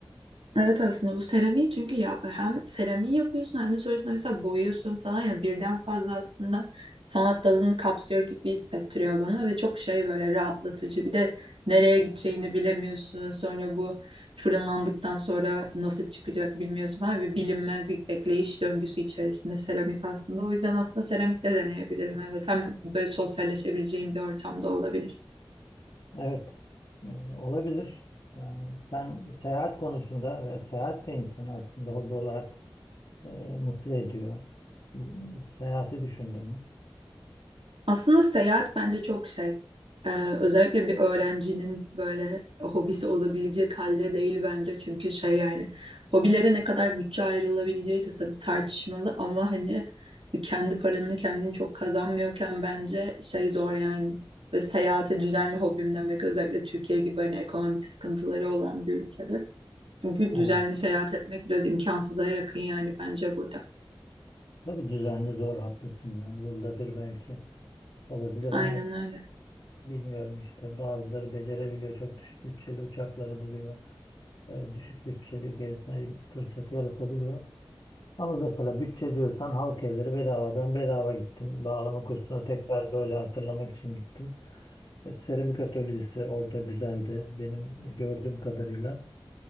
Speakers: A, on the right; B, on the left.
A: Evet aslında bu seramiği çünkü ya, hem seramiği yapıyorsun hem de sonrasında mesela boyuyorsun falan ya birden fazla aslında sanat dalını kapsıyor gibi hissettiriyor bana ve çok şey böyle rahatlatıcı. Bir de nereye gideceğini bilemiyorsun. Sonra bu fırınlandıktan sonra nasıl çıkacak bilmiyorsun falan bir bilinmezlik bekleyiş döngüsü içerisinde seramik aslında. O yüzden aslında seramik de deneyebilirim. Evet hem böyle sosyalleşebileceğim bir ortamda olabilir.
B: Evet, e, olabilir. Yani sen seyahat konusunda ve seyahat de insanı aslında hobi olarak e, mutlu ediyor. Bu- Hiç seyahati düşündün mü?
A: Aslında seyahat bence çok şey. Ee, özellikle bir öğrencinin böyle hobisi olabilecek halde değil bence. Çünkü şey yani hobilere ne kadar bütçe ayrılabileceği de tabii tartışmalı ama hani kendi paranını kendini çok kazanmıyorken bence şey zor yani. Ve seyahate düzenli hobim demek özellikle Türkiye gibi hani ekonomik sıkıntıları olan bir ülkede. Çünkü
B: Evet.
A: düzenli seyahat etmek biraz imkansıza yakın yani bence burada.
B: Tabii düzenli zor haklısın yani yılda bir belki. Olabilir
A: Aynen
B: ama
A: öyle.
B: bilmiyorum işte bazıları becerebiliyor. Çok düşük bütçeli uçakları buluyor. E, düşük bütçeli gezme fırsatı yaratabiliyor. Ama mesela bütçe diyorsan halk evleri bedava. Ben bedava gittim. Bağlama kursuna tekrar böyle hatırlamak için gittim. E, seramik atölyesi orada güzeldi. Benim gördüğüm kadarıyla.